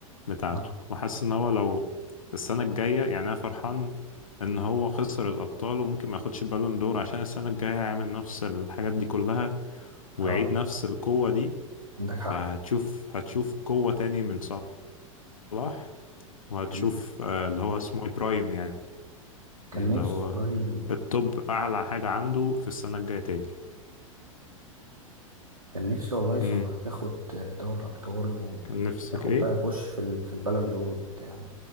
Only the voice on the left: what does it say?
بتاعته
وحاسس ان هو لو السنة الجاية يعني انا فرحان ان هو خسر الابطال وممكن ما ياخدش بالون دور عشان السنة الجاية هيعمل نفس الحاجات دي كلها ويعيد
نفس القوة دي
فهتشوف
هتشوف قوة تاني من صلاح وهتشوف
آه اللي هو اسمه إيه؟ برايم يعني
اللي
هو
الطب اعلى حاجة عنده في السنة الجاية تاني
مم.
كان نفسك
ايه